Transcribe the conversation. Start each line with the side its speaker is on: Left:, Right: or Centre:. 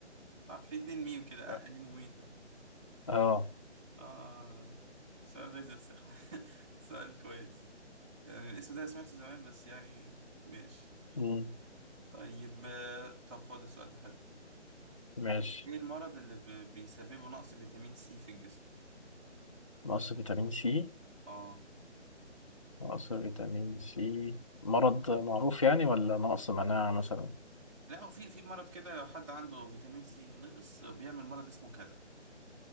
Right: صح في اتنين ميم كده
Left: اه
Right: الأنيموميتر
Left: آه.
Right: آه سؤال غيظ الثقة <laughs> سؤال كويس يعني الاسم ده أنا سمعته زمان بس يعني ماشي
Left: مم.
Right: طيب آه، طب خد السؤال ده حلو
Left: ماشي
Right: ايه المرض اللي ب- بيسببه نقص فيتامين سي في الجسم؟
Left: نقص فيتامين سي
Right: اه
Left: نقص فيتامين سي مرض معروف يعني ولا نقص مناعة مثلا
Right: لا هو في في مرض كده لو حد عنده فيتامين سي نقص بيعمل مرض اسمه كذا